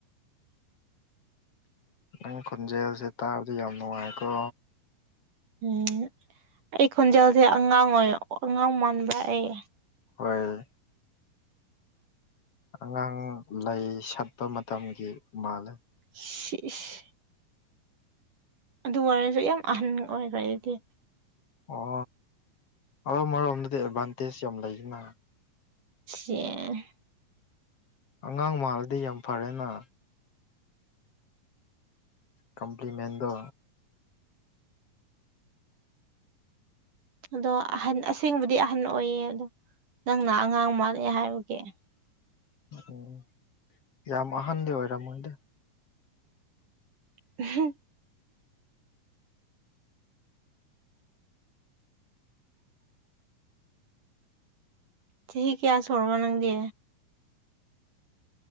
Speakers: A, on the left; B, on the right.
A: ꯅꯪ ꯈꯣꯟꯖꯦꯜꯁꯦ ꯇꯥꯕꯗ ꯌꯥꯝ ꯅꯨꯡꯉꯥꯏꯀꯣ
B: ꯎꯝ ꯑꯩ ꯈꯣꯟꯖꯦꯜꯁꯦ ꯑꯉꯥꯡ ꯑꯣꯏ ꯑꯉꯥꯡ ꯃꯥꯟꯕ꯭ꯔ ꯑꯩ
A: ꯍꯣꯏ ꯑꯉꯥꯡ ꯂꯩ ꯁꯠꯄ ꯃꯇꯝꯒꯤ ꯃꯥꯜꯂꯦ
B: <inaudible> ꯑꯗꯨ ꯑꯣꯏꯔꯁꯨ ꯌꯥꯝ ꯑꯍꯟ ꯑꯣꯏꯈ꯭ꯔ ꯑꯩꯗꯤ
A: ꯑꯣ ꯑꯗꯣ ꯑꯃꯔꯣꯝꯗꯗꯤ ꯑꯦꯗꯚꯥꯟꯇꯦꯖ ꯌꯥꯝ ꯂꯩꯁꯤꯅ
B: ꯁꯤꯦ
A: ꯑꯉꯥꯡ ꯃꯥꯜꯂꯗꯤ ꯌꯥꯝ ꯐꯔꯦꯅ ꯀꯝꯄ꯭ꯂꯤꯃꯦꯟꯗ
B: ꯑꯗꯣ ꯑꯍꯟ ꯑꯁꯦꯡꯕꯗꯤ ꯑꯍꯟ ꯑꯣꯏꯌꯦ ꯑꯗꯣ ꯅꯪꯅ ꯑꯉꯥꯡ ꯃꯥꯜꯂꯛꯑꯦ ꯍꯥꯏꯕꯒꯤꯦ
A: ꯎꯝ ꯌꯥꯝ ꯑꯍꯟꯗꯤ ꯑꯣꯏꯔꯝꯃꯣꯏꯗꯤ
B: ꯎ ꯆꯍꯤ ꯀꯌꯥ ꯁꯨꯔꯕ ꯅꯪꯗꯤ